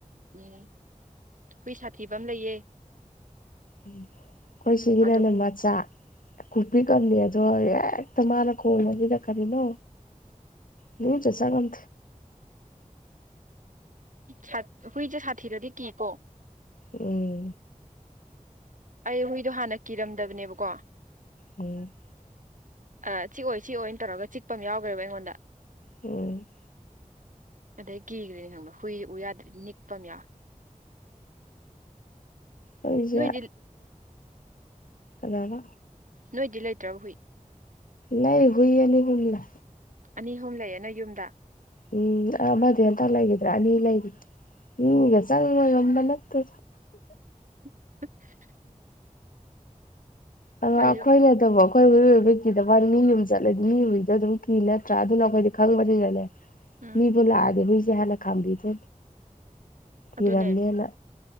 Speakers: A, on the right; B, on the left.
A: ꯎꯝ ꯍꯨꯏ ꯁꯥꯊꯤꯕ ꯑꯃ ꯂꯩꯌꯦ
B: ꯑꯩꯈꯣꯏ ꯁꯤꯒꯤꯅꯅꯦ
A: ꯑꯗꯣ
B: ꯃꯆꯥ ꯈꯨꯄꯤ ꯀꯝꯅꯦ ꯑꯗꯣ ꯍ ꯃꯥꯔ ꯈꯣꯜ ꯅꯗ ꯈꯔꯤꯅ ꯅ ꯆ ꯆꯒꯟ
A: ꯁꯥ ꯍꯨꯏꯁꯦ ꯁꯥꯊꯤꯔꯗꯤ ꯀꯦꯀꯣ
B: ꯎꯝ
A: ꯑꯩ ꯍꯨꯏꯗꯣ ꯍꯥꯟꯅ ꯀꯤꯔꯝꯗꯕꯅꯦꯕꯀꯣ
B: ꯎꯝ
A: ꯑ ꯆꯤꯛꯑꯣꯏ ꯆꯤꯛꯑꯣꯏꯅ ꯇꯧꯔꯒ ꯆꯤꯛꯄ ꯑꯃ ꯌꯥꯎꯈ꯭ꯔꯦꯕ ꯑꯩꯉꯣꯟꯗ
B: ꯎꯝ
A: ꯑꯗꯩ ꯀꯤꯈ꯭ꯔꯦꯅꯦ ꯈꯪꯕ ꯍꯨꯏ ꯎ ꯌꯥꯗ꯭ꯔꯗꯤ ꯅꯤꯛꯄ ꯑꯃ ꯌꯥꯎ
B: ꯑꯩꯣꯏꯖ
A: ꯅꯣꯏꯗꯤ
B: ꯑꯅꯥꯕ
A: ꯅꯣꯏꯗꯤ ꯂꯩꯇ꯭ꯔꯥ ꯍꯨꯏ
B: ꯂꯩ ꯍꯨꯏꯌꯦꯅꯤ ꯄꯨꯂ
A: ꯑꯅꯤ ꯑꯍꯨꯝ ꯂꯩꯌꯦꯅ ꯌꯨꯝꯗ
B: ꯎꯝ ꯑꯃꯗꯤ ꯑꯟꯇ ꯂꯩꯈꯤꯗ꯭ꯔꯥ ꯑꯅꯤ ꯂꯩꯔꯤ ꯍꯒ ꯆꯪꯉꯣꯏ ꯌꯝꯕ ꯅꯠꯇ
A: ꯎ
B: ꯑꯔ
A: ꯑꯩꯈꯣꯏꯁꯨ
B: ꯑ ꯀꯣꯏꯔꯗꯕꯣ ꯑꯩꯈꯣꯏ ꯎꯏꯕꯒꯤ ꯀꯤꯗꯕ ꯃꯤꯅꯤ ꯑꯗꯨꯝ ꯆꯠꯂꯗꯤ ꯃꯤ ꯑꯣꯏꯕꯤꯗꯣ ꯑꯗꯨꯝ ꯀꯤ ꯅꯠꯇ꯭ꯔꯥ ꯑꯗꯨꯅ ꯑꯩꯈꯣꯏꯗꯤ ꯈꯪꯕꯅꯤꯅꯅꯦ
A: ꯎꯝ
B: ꯃꯤꯕꯨ ꯂꯗꯦꯕꯨꯁꯦ ꯍꯥꯏꯦꯅ ꯈꯪꯕꯤ ꯊ ꯊꯤꯔꯝꯃꯦꯅ
A: ꯑꯗꯨꯅꯦ